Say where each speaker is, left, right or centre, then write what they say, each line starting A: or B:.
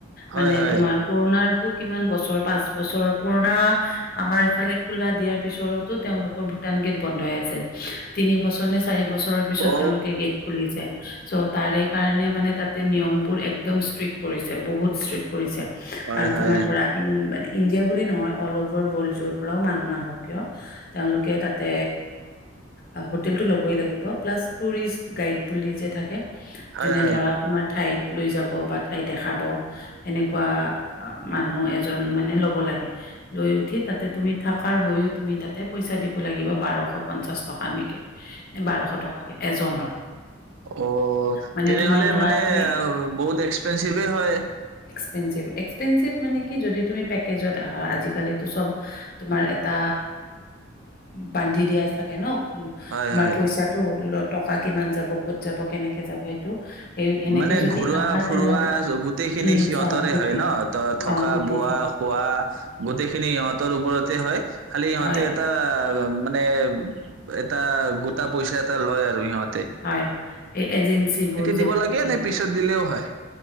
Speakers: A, on the right; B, on the left.
A: হয়
B: মানে
A: হয়
B: তোমাৰ, কৰোণাৰ তো কিমান বছৰ? পাঁচ বছৰ পুৰণা আমাৰ ইফালে খোলা দিয়াৰ পিছতো তেওঁলোকৰ ভূটান গেট বন্ধই আছিল। তিন বছৰ নে চা চাৰি বছৰ ৰ পিছত
A: অ
B: তেওঁলোকে গেট খুলিছে, চ' তাৰে কাৰণে মানে তাতে নিয়মবোৰ একদম ষ্ট্ৰিক্ট কৰিছে, বহুত ষ্ট্ৰিক্ট কৰিছে।
A: হয়
B: আৰু
A: হয়
B: তোমাৰ ধৰা, উম মানে ইণ্ডিয়া বুলি নহয়, অল অভাৰ ৱৰ্ল্ডৰ পৰাওঁ মানুহ নাহক কিয়? তেওঁলোক তাতে আ হোটেল টো লব বই লাগিব, প্লাছ টুৰিষ্ট গাইড বুলি যে থাকে।
A: হয়
B: যোনে
A: হয়
B: ধৰা তোমাৰ ঠাইত লৈ যাব বা ঠাই দেখাব, সেনেকুৱা মানুহ এজন মানে লব লাগে। লৈ উঠি তাতে তুমি থকাৰ হৈয়ো তুমি তাতে পইচা দিব লাগিব বাৰশ পঞ্চাশ টকা এনেকে। বাৰশ টকাকে, এজনৰ।
A: অ,
B: মানে
A: তেনেহলে
B: তোমাৰ ধৰা
A: মানে
B: তুমি
A: বহুত এক্সপেনঞ্চিভে হয়?
B: এক্সপেঞ্চিভ। এক্সপেঞ্চিভ মানে কি, যদি তুমি পেকেজত আহা, আজিকালিতো চব তোমাৰ এটা বান্ধি দিয়া থাকে ন? উম
A: হয়
B: তোমাৰ
A: হয়।
B: পইছাটো লত টকা কিমান যাব ক'ত যাব কেনেকে যাব সেইটো সেই সেনেকে
A: মানে
B: যদি
A: ঘৰুৱা
B: আহা
A: ফুৰোৱা
B: তেনেহ'লে
A: গোটেইখিনি
B: উম,
A: সিহঁতৰে
B: চব গোটেইখিনি।
A: হয় ন ত থকা
B: অ, গোটেইখিনি।
A: বোৱা খোৱা গোটেইখিনি সিহঁতৰ ওপৰতে হয় খালি ইহঁতে
B: হয়,
A: এটা মানে এটা গোটা পইচা এটা লয় আৰু সিহঁত
B: হয় এই এজেঞ্চী বোৰ
A: দিব
B: থাকে
A: লাগে নে পিছত দিলেও হয়